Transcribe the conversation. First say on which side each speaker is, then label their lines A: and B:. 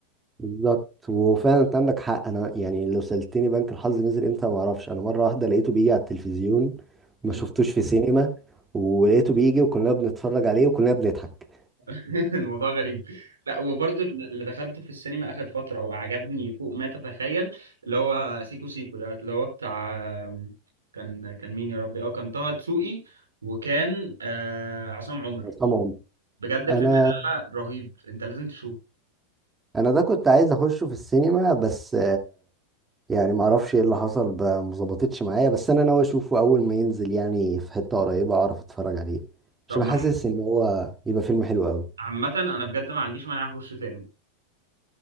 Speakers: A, on the right; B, on the right.
A: بالظبط وفعلا انت عندك حق انا يعني لو سألتني بنك الحظ نزل امتى ما اعرفش انا مرة واحدة لقيته بيجي على التلفزيون ما
B: يعني
A: شفتوش في سينما ولقيته بيجي وكلنا بنتفرج عليه وكلنا بنضحك
B: <laughs> الموضوع غريب لا وبرضه اللي دخلته في السينما اخر فتره وعجبني فوق ما تتخيل اللي هو سيكو سيكو دوت اللي هو بتاع كان كان مين يا ربي اه كان طه دسوقي وكان آه عصام عمر
A: طبعا
B: بجد الفيلم
A: انا
B: ده رهيب انت لازم تشوفه
A: انا ده كنت عايز اخشه في السينما بس يعني ما اعرفش ايه اللي حصل ب- ما ظبطتش معايا بس انا ناوي اشوفه اول ما ينزل يعني في حتة قريبة اعرف اتفرج عليه
B: طب
A: عشان
B: ما
A: حاسس ان هو يبقى فيلم حلو قوي
B: عامه انا بجد ما عنديش مانع اخش تاني